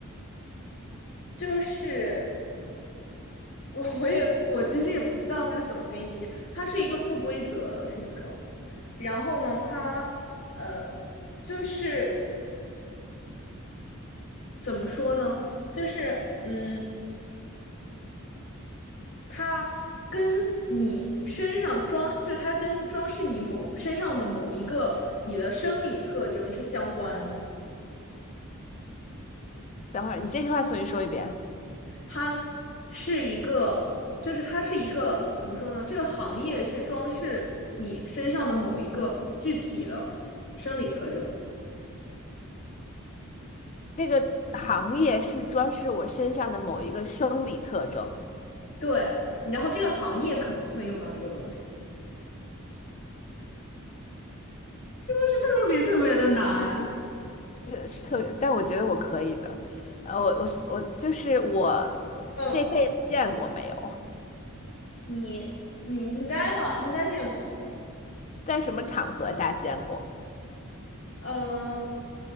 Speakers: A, on the left; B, on the left.
A: 就是。我我也我其实也不知道该怎么给你提示，它是一个不规则的形状。然后呢，它呃，就是怎么说呢？就是嗯，它跟你身上装，就是它跟装饰你某身上的某一个你的生理特征是相关的。
B: 等会儿你这句话重新说一遍。
A: 它是一个，就是它是一个怎么说呢？这个行业是装饰你身上的某一个具体的生理特征。
B: 这个行业是装饰我身上的某一个生理特征，
A: 对，然后这个行业可能会用到这个东西。是特别特别的难。
B: 这是特别，但我觉得我可以的。呃，我我我就是我这辈子见过没有，
A: 嗯，你你应该吧，应该见过。
B: 在什么场合下见过？
A: 嗯，